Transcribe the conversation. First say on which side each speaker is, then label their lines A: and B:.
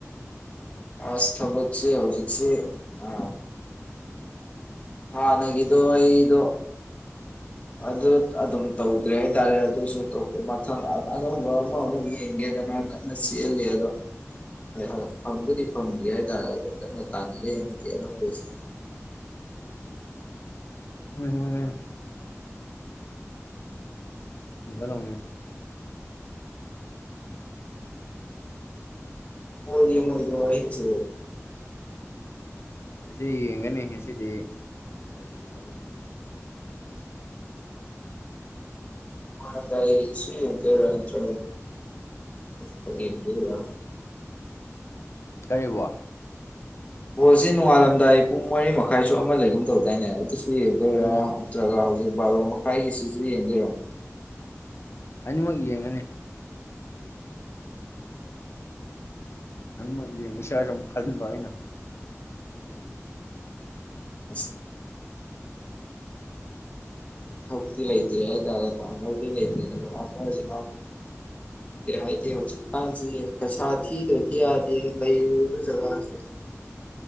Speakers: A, on the left; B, on the left.
A: ꯑꯁ ꯊꯕꯁꯤ ꯍꯧꯧꯖꯤꯁꯤ ꯑ ꯍꯥ ꯅꯒꯤꯗꯨꯣ ꯑꯩꯗ ꯑꯗꯨ ꯑꯗꯨꯝ ꯇꯧꯗ꯭ꯔꯦ ꯍꯥꯏꯇꯥꯔꯦ ꯑꯗꯨꯁꯨ ꯃꯊꯪ ꯑꯅꯧꯕ ꯑꯃꯃꯨꯛ ꯌꯦꯡꯒꯦꯗꯅ ꯀꯠꯅ ꯁꯤꯍꯜꯂꯤ ꯑꯗꯣ ꯍꯣꯏ ꯍꯣꯏ ꯐꯪꯕꯨꯗꯤ ꯐꯪꯗꯦ ꯍꯥꯏꯇꯥꯔꯦ ꯑꯗꯣ ꯀꯟꯅ ꯇꯥꯟꯅꯒꯦ ꯍꯟꯗꯛꯀꯤ ꯑꯅꯧꯕꯁꯦ <unintelligible>
B: ꯃ ꯃꯅꯦꯦ ꯑꯗꯨꯁꯨꯕ ꯇꯉ
A: ꯑꯣꯏꯗꯤ ꯃꯣꯏꯗ ꯋꯥꯍꯤꯁꯨ
B: ꯑꯁꯤ ꯌꯦꯡꯒꯅꯤ ꯉꯁꯤꯗꯤ ꯅꯨꯡꯉꯥꯏꯕ ꯅꯨꯃꯤꯠꯗꯤ ꯌꯦꯡꯒꯅꯤ
A: ꯍ ꯇ ꯑꯩꯁꯨ ꯌꯦꯟ ꯀ꯭ꯔ꯭ꯔꯁꯨ ꯀ ꯎꯝ
B: ꯀꯔꯤꯕ
A: ꯕꯣꯜꯁꯤ ꯅꯣꯡꯉꯥꯜꯂꯝꯗꯥꯏ ꯄꯨꯡ ꯃꯔꯤ ꯃꯈꯥꯏꯁꯨ ꯑꯃ ꯂꯩꯒꯨꯝ ꯇꯧꯗꯥꯏꯅꯦ ꯁꯨ ꯌꯦꯡꯗꯣꯏꯔ
B: ꯎꯝ
A: ꯅꯠꯇ꯭ꯔꯒ ꯍꯧꯖꯤꯛ ꯕꯥꯔꯣ ꯃꯈꯥꯏꯒꯤ ꯁꯤꯁꯨ ꯌꯦꯡꯗꯣꯏꯔꯣ
B: ꯑꯅꯤꯃꯛ ꯌꯦꯡꯉꯅꯤ ꯅꯝ ꯌꯦꯡꯉꯨꯁꯤꯁꯝ ꯈꯟꯕ ꯑꯩꯅ ꯑꯗꯨꯒꯤ
A: <unintelligible> ꯍꯧꯤ ꯂꯩꯇꯗꯤ ꯂꯩꯇꯖꯤ ꯍꯥꯏ ꯍꯧꯖꯤꯛꯀꯥꯟꯁꯤ ꯄꯩꯁꯥ ꯊꯤꯗ꯭ꯔꯗꯤ ꯌꯥꯗꯦ ꯂꯩꯔꯨꯕ ꯖꯒꯥꯁꯦ <unintelligible>